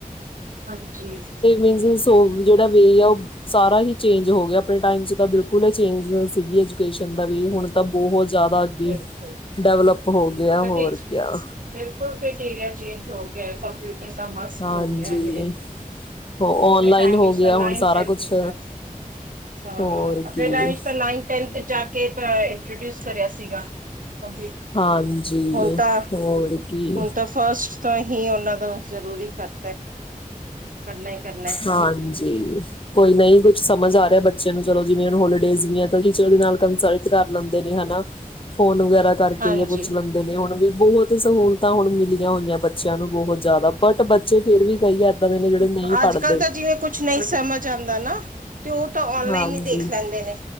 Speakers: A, on the right; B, on the left.
A: ਹਾਜੀ, ਸ
B: ਤਿੰਨ ਸ-ਸੋ ਜਿਹੜਾ ਵੇ ਆ ਉਹ ਸਾਰਾ ਹੀ ਚੇਂਜ ਹੋ ਗਿਆ। ਆਪਣੇ ਟਾਈਮ 'ਚ ਤਾਂ ਬਿਲਕੁਲ ਏ ਚੇਂਜ ਨਹੀਂ ਸੀਗੀ, ਐਜੂਕੇਸ਼ਨ ਦਾ ਵੀ ਹੁਣ ਤਾਂ ਬਹੁਤ ਜ਼ਿਆਦਾ
A: ਬਿਲਕੁਲ
B: ਡੈਵਲਪ ਹੋ ਗਿਆ,
A: ਕਟੇ
B: ਹੋਰ ਕਿਆ।
A: ਬਿਲਕੁਲ ਇੰਟੀਰੀਆ ਚੇਂਜ ਹੋ ਗਿਆ, ਕੰਪਿਊਟਰ ਤਾਂ ਮਸ
B: ਹਾਂਜੀ
A: ਹੋ ਗਿਆ ਤੇ
B: ਔਨਲਾਈਨ
A: ਆਪਣੇ ਟਾਈਮ
B: ਹੋ
A: ਵਿੱਚ
B: ਗਿਆ
A: ਤਾਂ ਲਾਈਮ
B: ਹੁਣ ਸਾਰਾ
A: ਸੈਫਿਸ
B: ਕੁਛ
A: ਅ ਆਪਣੇ
B: ਹੋਰ ਕੀ
A: ਟਾਇਮ 'ਚ ਤਾਂ ਨਾਈਨ-ਟੈਂਥ 'ਚ ਜਾਕੇ ਅ ਇੰਟਰੋਡਿਊਸ ਕਰਿਆ ਸੀਗਾ। ਪ
B: ਹਾਂਜੀ
A: ਹੁਣ ਤਾਂ,
B: ਹੋਰ ਕੀ
A: ਹੁਣ ਤਾਂ ਫਸਟ ਤੋਂ ਹੀ ਉਹਨਾਂ ਨੂੰ ਜ਼ਰੂਰੀ ਕਰਤਾ। ਕਰਨਾ ਹੀ ਕਰਨਾ
B: ਹਾਂਜੀ, ਕੋਈ ਨਹੀਂ ਕੁਛ ਸਮਝ ਆ ਰਿਹਾ, ਬੱਚ ਚਨੀ ਚਲੋ, ਜਿਵੇਂ ਇਹਨੂੰ ਹੋਲੀਡੇਜ਼ ਵੀ ਐ ਤੇ ਟੀਚਰ ਨਾਲ ਕੰਸਲਟ ਕਰ ਲੈਂਦੇ ਨੇ ਹਨਾ। ਫੋਨ ਵਗੈਰਾ ਕਰਕੇ
A: ਹਾਂਜੀ
B: ਇਹ ਪੁੱਛ ਲੈਂਦੇ ਨੇ ਹੁਣ ਵੀ, ਬਹੁਤ ਸਹੂਲਤਾਂ ਹੁਣ ਮਿਲੀਆਂ ਹੋਈਆਂ ਬੱਚਿਆਂ ਨੂੰ, ਬਹੁਤ ਜ਼ਿਆਦਾ ਬਟ ਬੱ ਚੇ ਫੇਰ ਵੀ ਕ‌ਈ ਏਦਾਂ ਦੇ ਨੇ ਜਿਹੜੇ ਨਹੀਂ ਪੜ੍ਹਦੇ
A: ਅੱਜ-ਕੱਲ੍ਹ ਤਾਂ ਜਿਵੇਂ ਕੁਛ ਨਹੀਂ ਸਮਝ ਆਂਦਾ ਨਾ। ਤੇ ਉਹ ਤਾਂ ਔਨਲਾਈਨ
B: ਹਾਂਜੀ
A: ਈ ਦੇਖ ਲੈਂਦੇ ਨੇ,